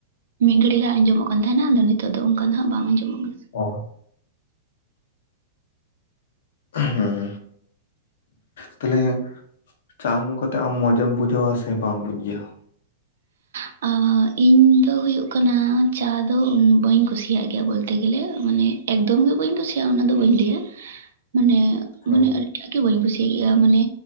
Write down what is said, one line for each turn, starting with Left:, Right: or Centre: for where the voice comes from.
Right: ᱢᱤᱫ ᱜᱷᱟᱹᱲᱤ ᱞᱟᱦᱟ ᱟᱸᱡᱚᱢᱚᱜ ᱠᱟᱱ ᱛᱟᱦᱮᱱᱟ ᱟᱫᱚ ᱱᱤᱛᱚᱜ ᱫᱚ ᱚᱱᱠᱟ ᱫᱚ ᱦᱟᱸᱜ ᱵᱟᱝ ᱟᱸᱡᱚᱢᱚᱜ ᱠᱟᱱᱟ᱾
Left: ᱚ ᱦᱩᱸ ᱦᱩᱸ ᱛᱟᱦᱞᱮ ᱪᱟ ᱧᱩ ᱠᱟᱛᱮ ᱟᱢ ᱢᱚᱸᱡᱮᱢ ᱵᱩᱡᱷᱟᱹᱣᱟ ᱥᱮ ᱵᱟᱢ ᱵᱩᱡ ᱜᱮᱭᱟ᱾
Right: <unintelligible> ᱤᱧ ᱫᱚ ᱦᱩᱭᱩᱜ ᱠᱟᱱᱟ ᱪᱟ ᱫᱚ ᱵᱟᱹᱧ ᱠᱩᱥᱤᱭᱟᱜ ᱜᱮᱭᱟ ᱵᱚᱞᱛᱮ ᱜᱮᱞᱮ ᱢᱟᱱᱮ ᱮᱠᱫᱚᱢ ᱜᱮ ᱵᱟᱹᱧ ᱠᱩᱥᱤᱭᱟᱜᱼᱟ ᱚᱱᱟ ᱫᱚ ᱵᱟᱹᱧ ᱞᱟᱹᱭᱟ ᱢᱟᱱᱮ
Left: ᱦᱮᱸ
Right: ᱢᱟᱱᱮ ᱟᱨ ᱜᱮ ᱵᱟᱹᱧ ᱠᱩᱥᱤᱭᱟᱜ ᱜᱮᱭᱟ ᱢᱟᱱᱮ